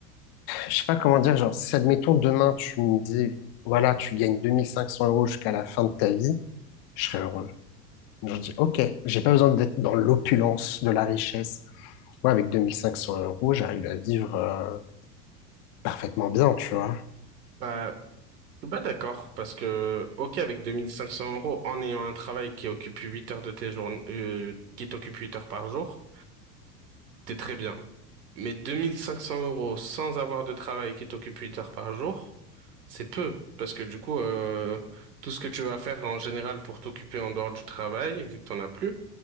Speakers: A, on the left (about 45°); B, on the right (about 70°).
A: je sais pas comment dire, genre, si admettons demain tu me dis, voilà, tu gagnes 2500 euros jusqu'à la fin de ta vie, je serais heureux. Je dis, ok, j'ai pas besoin d'être dans l'opulence de la richesse. Moi, avec 2500 euros, j'arrive à vivre euh, parfaitement bien, tu vois.
B: Bah, je suis pas d'accord parce que, ok, avec 2500 euros, en ayant un travail qui occupe 8 heures de tes journées, euh, qui t'occupe 8 heures par jour, t'es très bien. Mais 2500 euros sans avoir de travail qui t'occupe 8 heures par jour, c'est peu. Parce que du coup, euh, tout ce que tu vas faire en général pour t'occuper en dehors du travail, vu que t'en as plus,